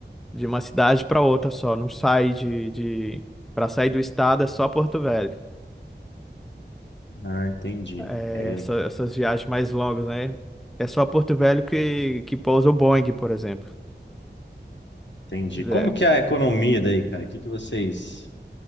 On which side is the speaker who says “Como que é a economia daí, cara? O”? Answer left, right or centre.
Left